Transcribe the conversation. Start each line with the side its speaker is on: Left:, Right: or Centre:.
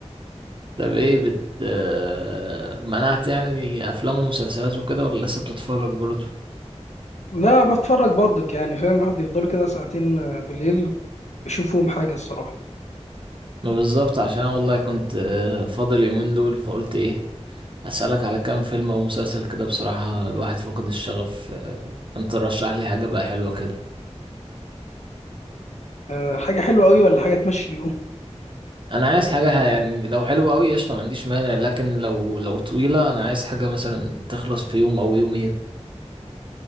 Right: طب ايه بت آه، منعت يعني افلام ومسلسلات وكده ولا لسه بتتفرج برضه؟
Left: لا بتفرج برضك يعني فاهم الواحد يفضل كده ساعتين آه، بالليل يشوف فيهم حاجه الصراحه
Right: ما بالظبط عشان انا والله كنت آه، فاضل يومين دول فقلت ايه اسألك على كام فيلم او مسلسل كده بصراحة الواحد فقد الشغف آه، انت رشح لي حاجة بقى حلوة كده
Left: أه حاجه حلوه قوي ولا حاجه تمشي اليوم
Right: انا عايز حاجة ح- يعني لو حلوة قوي قشطة ما عنديش مانع لكن لو لو طويلة انا عايز حاجة مثلا تخلص في يوم او يومين